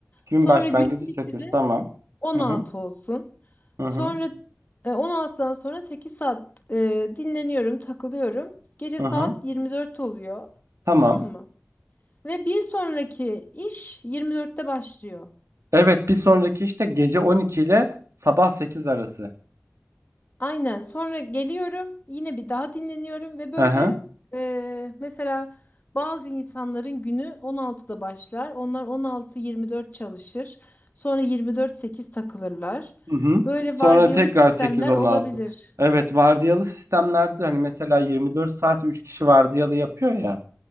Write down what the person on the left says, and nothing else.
Sonra
günün
bitimi
on
altı
olsun.
Sonra
e, on altıdan sonra 8 saat e, dinleniyorum, takılıyorum. Gece
saat
24 oluyor.
Tamam mı? Ve bir sonraki iş yirmi dörtte başlıyor.
Aynen. Sonra geliyorum, yine bir daha dinleniyorum ve böyle
e, mesela bazı insanların günü 16'da başlar. Onlar 16-24 çalışır. Sonra 24-8 takılırlar.
Böyle
vardiyalı
sistemler
olabilir.